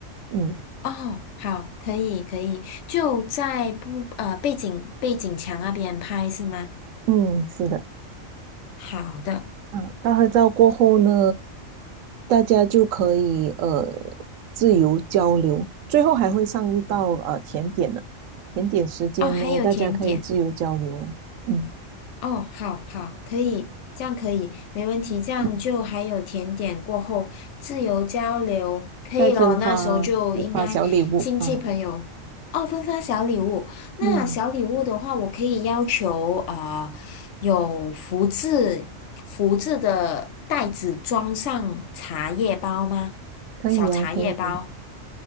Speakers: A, on the right; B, on the left.
A: 嗯
B: 哦，好，可以可以，就在不呃背景背景墙那边拍是吗？
A: 嗯，是的。
B: 好的，
A: 嗯，大合照过后呢，大家就可以呃自由交流，最后还会上一道呃甜点呢。甜点时间呢，
B: 哦，还有甜点，
A: 大家可以自由交流，嗯，
B: 哦，好好，可以，这样可以，没问题，这样就还有甜点过后自由交流，
A: 嗯
B: 可以咯，
A: 再分发分发小礼物啊，
B: 那时候就应该亲戚朋友哦，分发小礼物。那小礼物的话，
A: 嗯，
B: 我可以要求啊、呃有福字福字的袋子装上茶叶包吗？
A: 可以啊，
B: 小茶叶包
A: 可以。